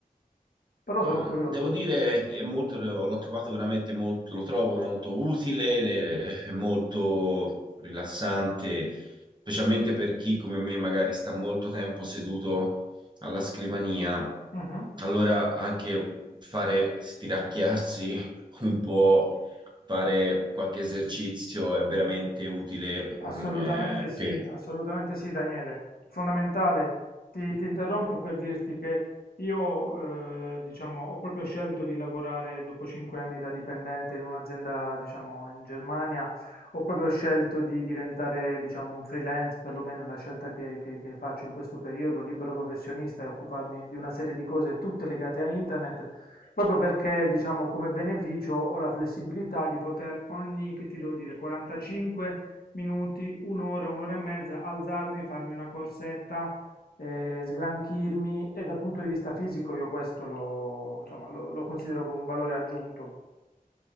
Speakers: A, on the left; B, on the right.
A: però sono
B: Mm,
A: curioso.
B: Devo dire che è molto, l'ho trovato veramente molto, lo trovo molto utile, eh, è molto rilassante, specialmente per chi come me magari sta molto tempo seduto alla scrivania.
A: Mhm.
B: Allora anche fare stiracchiarsi <laughs> un po', fare qualche esercizio è veramente utile,
A: Assolutamente
B: mm, eh,
A: sì,
B: per
A: assolutamente sì, Daniele. È fondamentale. Ti, ti interrompo per dirti che io, eh, diciamo, ho proprio scelto di lavorare dopo cinque anni da dipendente in un'azienda, diciamo, in Germania. Ho proprio scelto di diventare, diciamo, un freelance, perlomeno è la scelta che, che che faccio in questo periodo, libero professionista e occuparmi di una serie di cose tutte legate a internet. Proprio perché, diciamo, come beneficio ho la flessibilità di poter ogni, che ti devo dire, 45 minuti, un'ora, un'ora e mezza, alzarmi, farmi una corsetta, eh, sgranchirmi e dal punto di vista fisico io questo lo, insomma, lo, lo considero come un valore aggiunto.